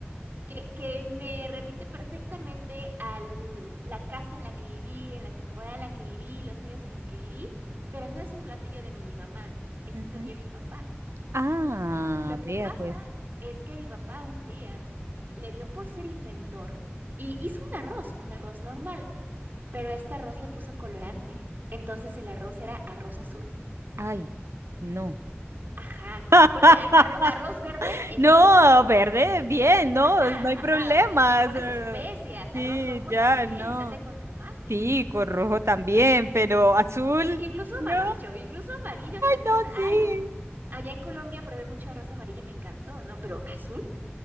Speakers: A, on the right (about 50°); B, on the right (about 90°).
A: que, que me remite perfectamente a la casa en la que viví, en la temporada en la que viví, los años en los que viví, pero no es un platillo de mi mamá, es
B: Ujú.
A: un platillo de mi papá.
B: Ah,
A: Lo que
B: vea
A: pasa
B: pues.
A: es que mi papá un día le dio por ser inventor y hizo un arroz, un arroz normal, pero este arroz le puso colorante. Entonces el arroz era arroz azul.
B: Ay, no.
A: Ajá,
B: <laughs>
A: porque a- arro- arroz verde existe,
B: No,
A: ¿no?
B: verde, bien, no,
A: Ajá,
B: no hay problemas.
A: ajá, o sea, es, es por las
B: eh,
A: especias,
B: Sí,
A: arroz rojo
B: ya,
A: también
B: no.
A: se hace con tomate,
B: Sí, con rojo también, pero azul,
A: In- incluso
B: no,
A: amarillo, incluso amarillo también
B: no,
A: hay.
B: sí.
A: Allá en Colombia probé mucho arroz amarillo, y me encantó, ¿no? Pero azul,